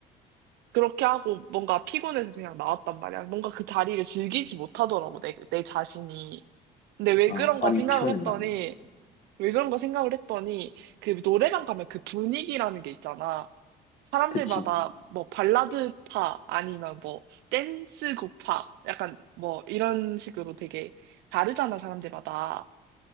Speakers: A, on the right; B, on the left.
A: 그렇게 하고, 뭔가 피곤해서 그냥 나왔단 말이야. 뭔가 그 자리를 즐기지 못하더라고, 내, 내 자신이. 근데 왜
B: 아,
A: 그런가
B: 많이
A: 생각을
B: 피곤했나
A: 했더니,
B: 봐.
A: 왜 그런가 생각을 했더니, 그 노래방 가면 그 분위기라는 게 있잖아. 사람들마다
B: 그치,
A: 뭐 발라드파 아니면 뭐 댄스곡파 약간 뭐 이런 식으로 되게 다르잖아 사람들마다.